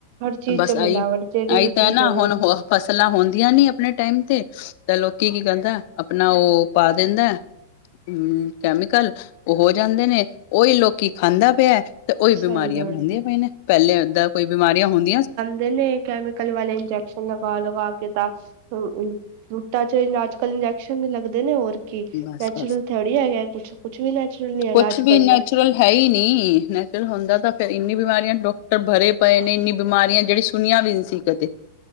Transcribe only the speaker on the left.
ਬਸ
ਆਈ
ਆਈ
ਤਾਂ
ਹੈ ਨਾ
ਹੁਣ ਹੋ ਫਸਲਾਂ ਹੁੰਦੀਆਂ ਨੀ ਆਪਣੇ ਟਾਈਮ ਤੇ ਤੇ ਲੋਕੀ ਕੀ ਕਹਿੰਦਾ ਆਪਣਾ ਉਹ ਪਾ ਦਿੰਦਾ ਹੂਂ ਕੈਮੀਕਲ ਉਹ ਹੋ ਜਾਂਦੇ ਨੇ ਉਹੀ ਲੋਕ ਕੀ ਖਾਂਦਾ ਪਿਆ ਤੇ ਉਹੀ
ਬਿਮਾਰੀਆਂ
ਹੁਦੀਆਂ
ਪਈਆਂ ਨੇ, ਪਹਿਲੇ ਏਦਾਂ ਕੋਈ ਬਿਮਾਰੀਆਂ ਹੁੰਦ
ਬਸ
ਬਸ
ਕੁਛ
ਵੀ
ਨੈਚੁਰਲ
ਹੈ ਹੀ ਨਹੀਂ, ਨੈਚੁਰਲ ਹੁੰਦਾ ਤਾਂ ਫਿਰ ਇੰਨੀ ਬਿਮਾਰੀਆਂ ਡੋਕਟਰ ਭਰੇ ਪਏ ਨੇ, ਇੰਨੀ ਬਿਮਾਰੀਆਂ ਜਿਹੜੀ ਸੁਣੀਆਂ ਵੀ ਨਹੀਂ ਸੀ। ਕਦੇ <unintelligible>